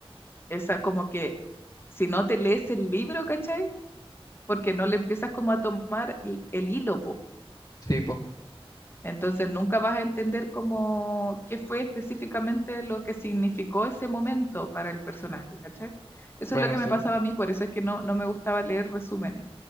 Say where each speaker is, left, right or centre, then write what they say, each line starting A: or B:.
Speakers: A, on the left (about 25°); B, on the left (about 40°).
A: esa como que si no te lees el libro, ¿cachai? Porque no le empiezas como a tomar l- el hilo, pues.
B: Sí, pues,
A: Entonces nunca vas a entender cómo qué fue específicamente lo que significó ese momento para el personaje, ¿cachai? Eso
B: bueno,
A: es lo que
B: sí,
A: me pasaba
B: po.
A: a mí, por eso es que no, no me gustaba leer resúmenes.